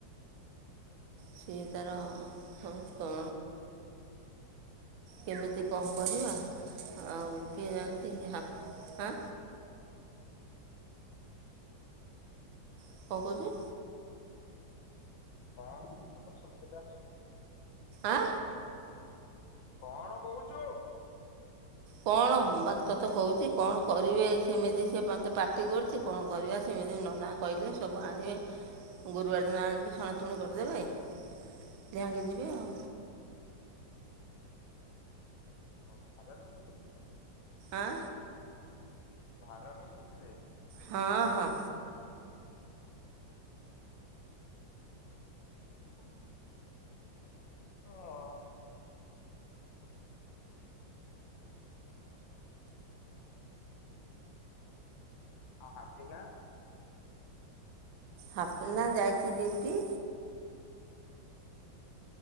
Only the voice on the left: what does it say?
ଅଁ ତୋ କଥା ଶୁଭିଲାଣି।
କଣ କହୁଛୁ?
କଣ କାରଣ?
ଭାର ନେଇକି ଯିବେ?
ହଁ। ହଁ। <unintelligible>